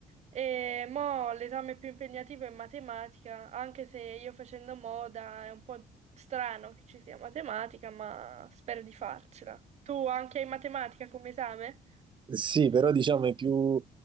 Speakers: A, on the right; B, on the right.
A: E mo l'esame più impegnativo è matematica, anche se io facendo moda è un po' strano che ci sia matematica, ma spero di farcela. Tu anche hai matematica come esame?
B: Sì, però diciamo è più